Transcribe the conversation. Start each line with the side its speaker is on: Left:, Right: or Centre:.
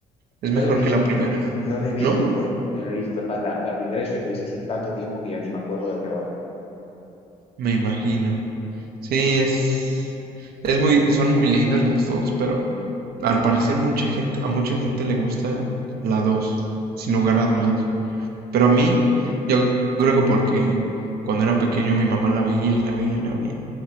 Right: ¿Es
Left: No
Right: mejor
Left: lo he visto,
Right: que la primera?
Left: no lo he visto,
Right: ¿No?
Left: no lo he visto. Es más, la, la primera yo la hice hace tanto tiempo que ya ni me acuerdo de qué va.
Right: Me imagino. Sí, es, es muy, son muy lindas las dos, pero al parecer mucha gente, a mucha gente le gusta la dos, sin lugar a dudas. Pero a mí, yo creo que porque cuando era pequeño mi mamá la veía y la veía y la veía.